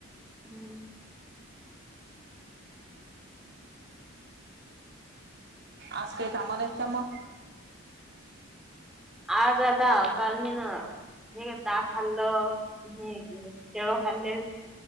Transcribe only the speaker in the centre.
हम्म.
आज आता काल मीन हे काय खाल्ल? हे केळ खाले.